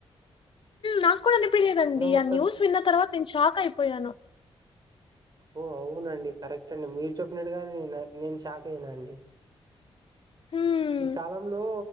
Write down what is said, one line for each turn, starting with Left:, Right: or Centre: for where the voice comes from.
Left: నాకు కూడా అనిపిలేదండి
Right: మొత్తం
Left: ఆ న్యూస్ విన్న తర్వాత నేను షాక్ అయిపోయాను.
Right: ఓ అవునండి కరెక్ట్ అండి మీరు చెప్పినట్టుగాని నేను షాక్ అయనాండి
Left: మ్మ్.
Right: ఈ కాలంలో